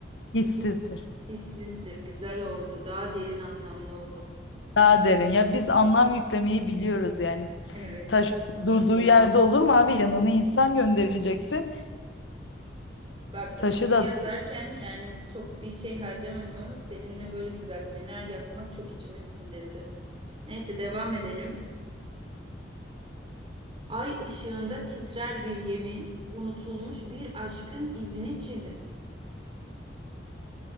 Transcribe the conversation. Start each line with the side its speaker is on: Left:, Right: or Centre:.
Left: Hissizdir.
Right: hissizdir. Güzel oldu, daha derin anlamlı oldu.
Left: Daha derin. Ya biz anlam yüklemeyi biliyoruz yani.
Right: Evet,
Left: Taş
Right: vallahi.
Left: durduğu yerde olur mu abi? Yanına insan göndereceksin.
Right: Bak
Left: Taşı
Right: bu şiiri
Left: da
Right: yazarken yani çok bir şey harcamadım ama seninle böyle düzeltmeler yapmak çok içime sindirdi. Neyse devam edelim. Ay ışığında titrer bir yemin, unutulmuş bir aşkın izini çizin.